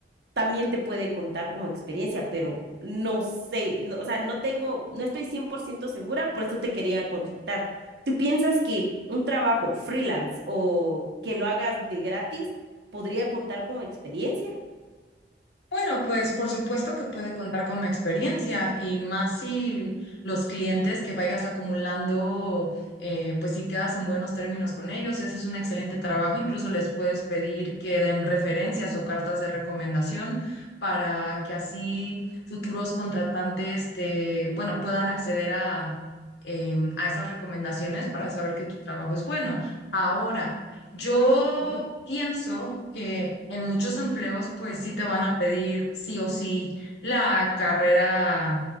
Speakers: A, on the right; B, on the left.
A: también te puede contar como experiencia, pero no sé, no- o sea, no tengo, no estoy 100% segura, por eso te quería consultar. ¿Tú piensas que un trabajo freelance o que lo hagas de gratis podría contar como experiencia?
B: Bueno, pues por supuesto que puede contar con mi experiencia y más si los clientes que vayas acumulando, eh, pues si quedas en buenos términos con ellos, y haces un excelente trabajo, incluso les puedes pedir que den referencias o cartas de recomendación para que así futuros contratantes te, bueno, puedan acceder a, em, a esas recomendaciones para saber que tu trabajo es bueno. Ahora, yo
A: Ujú,
B: pienso que en muchos empleos, pues sí te van a pedir sí o sí la carrera,